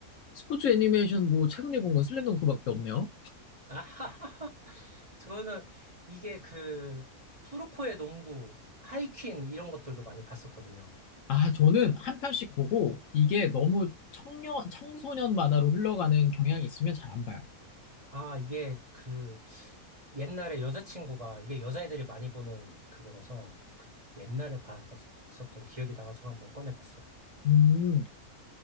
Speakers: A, on the left; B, on the right.
A: 스포츠 애니메이션 뭐 최근에 본 건 슬램덩크밖에 없네요.
B: 아하하하. 저는 이게 그 쿠로코의 농구, 하이퀸 이런 것들도 많이 봤었거든요.
A: 아, 저는 한 편씩 보고 이게 너무 청년, 청소년 만화로 흘러가는 경향이 있으면 잘 안 봐요.
B: 아, 이게 그 옛날에 여자친구가 이게 여자애들이 많이 보는 그거라서 그 옛날에 봤었던 기억이 나가지고 한번 꺼내봤어요.
A: 음,